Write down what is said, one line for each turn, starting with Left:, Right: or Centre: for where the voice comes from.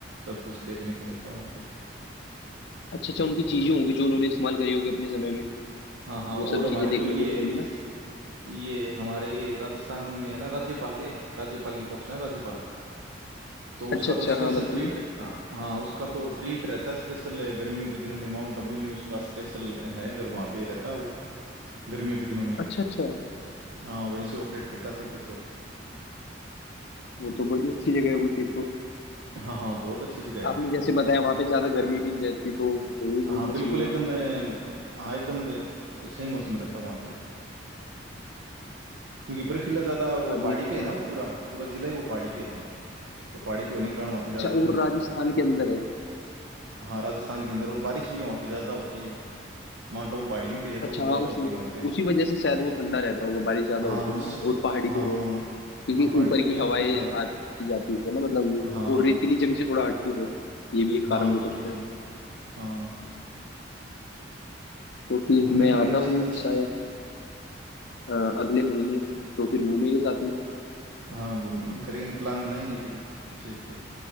Right: सब कुछ देखने को मिलता वहाँ पे
Left: अच्छा अच्छा उनकी चीजें होंगी जो उन्होंने इस्तेमाल करी होगी अपने समय में
Right: हाँ हाँ
Left: वो
Right: और
Left: सब
Right: हमारे
Left: चीजें देखने
Right: तो ये
Left: को मिलेगी ना
Right: ये हमारे ये राजस्थान में है ना राज्यपाल ये राज्यपाल की पोस्ट है ना, राज्यपाल तो उसका
Left: अच्छा अच्छा
Right: तो स्पेशल
Left: हाँ बताइए
Right: ट्रीट हाँ उसका तो ट्रीट रहता है स्पेशल गर्मियों के दिनों में माउंट आबू में उसका स्पेशल है घर वहाँ पे रहता है वो गर्मियों के दिनों में
Left: अच्छा अच्छा
Right: हाँ वहीं से ऑपरेट करता है सब कुछ हो
Left: वो तो बड़ी अच्छी जगह होगी फिर तो
Right: हाँ हाँ बहुत अच्छी जगह
Left: आपने
Right: है
Left: जैसे बताया वहां पे ज्यादा गर्मी भी नहीं रहती तो जरूर घूमना
Right: हाँ बिल्कुल
Left: चाहिए वहां
Right: एकदम
Left: भी
Right: अ, हाँ एकदम अ, सही मौसम रहता है वहाँ पे क्योंकि बर्फीला ज़्यादा वो
Left: अभी
Right: पहाड़ी पे है ना वो पूरा पूरा जिला ही वो पहाड़ी पे है तो पहाड़ी पे होने के कारण वहाँ पे
Left: अच्छा
Right: ज़्यादा ठंड
Left: और
Right: रहती
Left: राजस्थान
Right: है
Left: के अंदर है
Right: हाँ राजस्थान के अंदर और बारिश भी वहाँ पे ज़्यादा होती है माउंट आबू पहाड़ियों पे है
Left: अच्छा
Right: तो वो ज़्यादा
Left: हाँ उस
Right: होती है वहाँ पे
Left: उसी वजह से शायद वो ठंडा रहता होगा बारिश ज्यादा
Right: हाँ
Left: होती है
Right: उस
Left: ना और पहाड़ी
Right: हाँ
Left: पे
Right: हाँ
Left: है क्योंकि
Right: हाँ पहाड़ी
Left: ऊपर
Right: पे उसी
Left: की हवाएं
Right: वजह से ज़्यादा
Left: आती जाती है ना मतलब ये
Right: हाँ हाँ
Left: और रेतीली जमीन से थोड़ा हटके है ये भी एक
Right: हाँ
Left: कारण हो
Right: अटके
Left: सकता
Right: हैं
Left: है
Right: हाँ
Left: तो
Right: वो
Left: फिर
Right: घूमने
Left: मैं
Right: के
Left: आता
Right: लिए वैसे
Left: हूँ
Right: तो अच्छी
Left: शायद अ, अगले महीने तो फिर घूमेंगे साथ में
Right: हाँ घूमेंगे करेंगे प्लान बनाएंगे फिर अच्छे से कोई